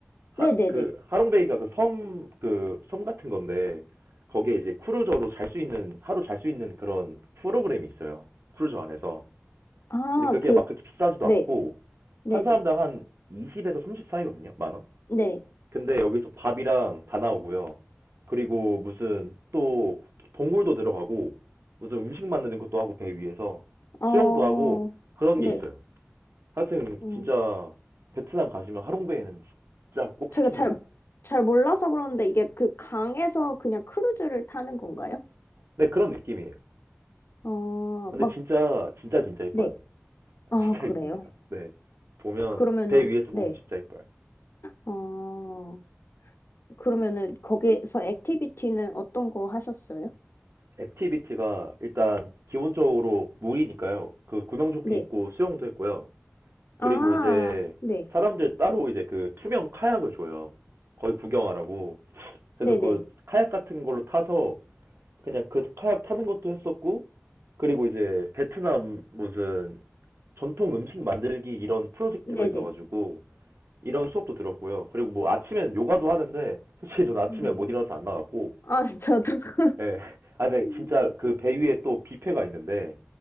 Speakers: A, on the right; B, on the left.
A: 하,
B: 네네네.
A: 그 하롱베이가 그 섬, 그 섬 같은 건데 거기에 이제 크루저로 잘 수 있는 하루 잘 수 있는 그런 프로그램이 있어요. 크루저 안에서.
B: 아,
A: 근데 그게
B: 그,
A: 막 그렇게 비싸지도
B: 네.
A: 않고
B: 네네.
A: 한 사람당 한 20에서 30 사이거든요. 만 원.
B: 네.
A: 근데 여기서 밥이랑 다 나오고요. 그리고 무슨 또 동굴도 들어가고 무슨 음식 만드는 것도 하고 배 위에서
B: 어,
A: 수영도 하고 그런
B: 네.
A: 게 있어요. 하여튼
B: 어
A: 진짜 베트남 가시면 하롱베이는 진짜 꼭
B: 제가
A: 추천드립니다.
B: 잘, 잘 몰라서 그러는데 이게 그 강에서 그냥 크루즈를 타는 건가요?
A: 네, 그런 느낌이에요.
B: 어,
A: 근데
B: 막
A: 진짜, 진짜, 진짜 이뻐요.
B: 네. 아,
A: <laughs> 진짜
B: 그래요?
A: 이쁩니다. 네. 보면,
B: 그러면은,
A: 배 위에서
B: 네.
A: 보면 진짜 이뻐요.
B: 어, 그러면은 거기서 액티비티는 어떤 거 하셨어요?
A: 액티비티가 일단 기본적으로 물이니까요. 그 구명조끼
B: 네.
A: 입고 수영도 했고요. 그리고
B: 아,
A: 이제
B: 네.
A: 사람들 따로 이제 그 투명 카약을 줘요. 거의 구경하라고. 그래서
B: 네네.
A: 그 카약 같은 걸로 타서 그냥 그 카약 타는 것도 했었고, 그리고 이제 베트남 무슨 전통 음식 만들기 이런 프로젝트가
B: 네네.
A: 있어가지고 이런 수업도 들었고요. 그리고 뭐 아침엔 요가도 하는데 솔직히 저는 아침에
B: 네.
A: 못 일어나서 안 나갔고
B: 아, 저도.
A: 예. 아
B: <laughs>
A: 근데 진짜 그 배 위에 또 뷔페가 있는데